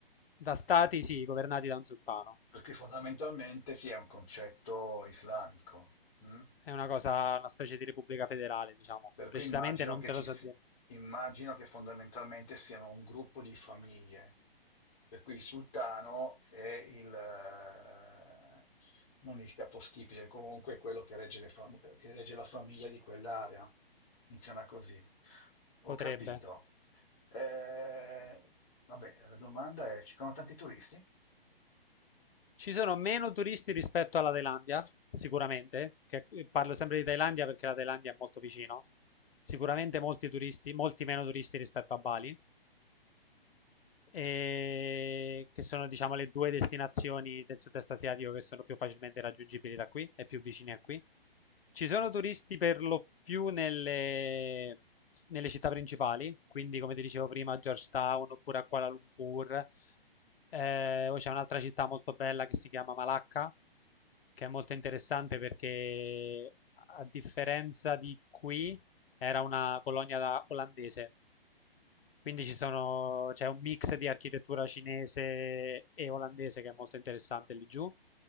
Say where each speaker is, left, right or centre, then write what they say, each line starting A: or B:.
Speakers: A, on the left; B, on the left.
A: Da stati, sì, governati da un sultano.
B: Perché fondamentalmente sì, è un concetto islamico, mm?
A: È una cosa, una specie di repubblica federale, diciamo.
B: Per
A: Precisamente
B: cui immagino
A: non
B: che,
A: te
B: ci
A: lo so
B: si-
A: dire.
B: immagino che fondamentalmente siano un gruppo di famiglie, per cui il sultano è il, eh, non il capostipite, comunque quello che regge, le fam- che regge la famiglia di quell'area. Funziona così. Ho
A: Potrebbe.
B: capito. Eh, vabbè, la domanda è, ci sono tanti turisti?
A: Ci sono meno turisti rispetto alla Thailandia, sicuramente, che eh, parlo sempre di Thailandia perché la Thailandia è molto vicino. Sicuramente molti turisti, molti meno turisti rispetto a Bali, e che sono, diciamo, le due destinazioni del sud-est asiatico che sono più facilmente raggiungibili da qui e più vicine a qui. Ci sono turisti per lo più nelle, nelle città principali, quindi come ti dicevo prima, a Georgetown oppure a Kuala Lumpur. Eh, poi c'è un'altra città molto bella che si chiama Malacca, che è molto interessante perché a differenza di qui era una colonia da- olandese, quindi ci sono, c'è un mix di architettura cinese e olandese che è molto interessante lì giù.